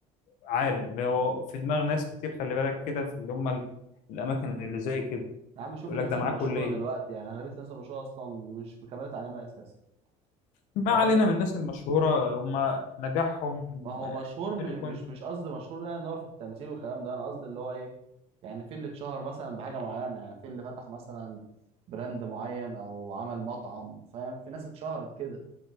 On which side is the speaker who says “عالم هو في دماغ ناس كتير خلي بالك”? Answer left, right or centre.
Left